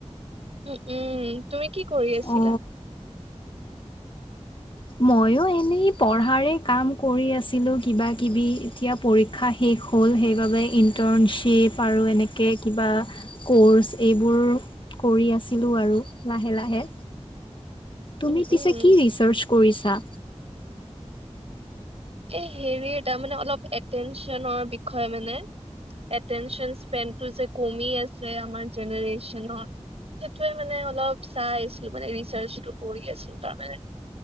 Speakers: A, on the right (about 60°); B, on the left (about 45°).
A: উম উম তুমি কি কৰি আছিলা?
B: অ মইও এনেই পঢ়াৰে কাম কৰি আছিলো কিবা কিবি এতিয়া পৰীক্ষা শেষ হ'ল সেইবাবে ইণ্টাৰ্ণশ্বিপ আৰু এনেকে কিবা কৰ্চ এইবোৰ কৰি আছিলো আৰু লাহে লাহে। তুমি
A: উম
B: পিছে
A: উম
B: কি ৰিচাৰ্চ কৰিছা?
A: এই হেৰি তাৰ মানে অলপ এটেনচনৰ বিষয়ে মানে এটেনচন স্পেনটো যে কমি আছে আমাৰ জেনে্ৰেচনত। সেইটোৱে মানে অলপ চাই আছিলো মানে ৰিচাৰচটো কৰি আছিল তাৰে।